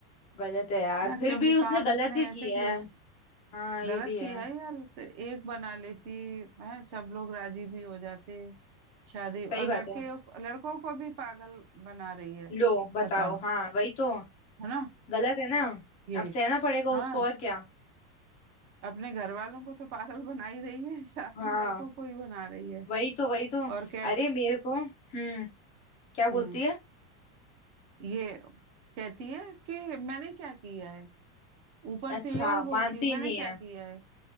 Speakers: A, on the left; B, on the right.
A: गलत है यार
B: है ना
A: फिर
B: क्योंकि
A: भी उसने
B: काम इसने
A: गलत ही की
B: ऐसे किया
A: है
B: है
A: हाँ
B: गलत
A: ये भी है
B: किया है यार तो एक बना लेती है सब लोग राजी भी हो जाते शादी और
A: सही
B: लड़के
A: बात है
B: लड़कों को भी पागल बना रही है
A: लो बताओ
B: बताओ
A: हाँ वही तो
B: है ना
A: गलत है ना
B: ये
A: अब सहना पड़ेगा
B: हाँ
A: उसको और क्या
B: अपने घर वालों को तो पागल बना ही रही है साथ
A: हाँ
B: में लड़कों को ही बना रही है
A: वही तो वही तो
B: और कह
A: अरे मेरे को हम्म क्या
B: हम्म
A: बोलती है
B: ये कहती है कि मैंने क्या किया है ऊपर से
A: अच्छा
B: ये और बोलती
A: मानती
B: है मैंने
A: नहीं
B: क्या
A: है
B: किया है